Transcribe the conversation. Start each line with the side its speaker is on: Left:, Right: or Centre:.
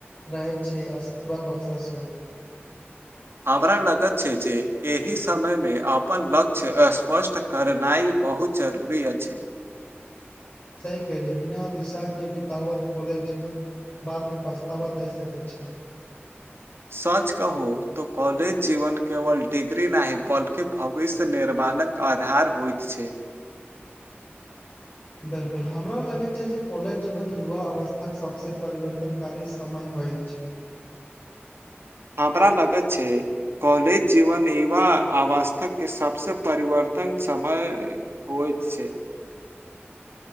Left: रहैत छै आ सीखबाक अवसर सेहो
Right: हमरा लगैत छै जे एहि समयमे अपन लक्ष्य स्पष्ट करनाइ बहुत जरूरी अछि
Left: सही कहलियै बिना दिशा के बिताबल कॉलेज जीवन बादमे पछतावा दऽ सकैत छै
Right: सच कहू त कॉलेज जीवन केवल डिग्री नहि बल्कि भविष्य निर्माण क आधार होइत छै
Left: बिल्कुल हमरा लगैत छै जे कॉलेज जीवन युवा अवस्थाक सबसँ परिवर्तनकारी समय होइत छै
Right: हमरा लगैत छै कॉलेज जीवन युवा अवस्थाक सबसँ परिवर्तन नक समय होइत छै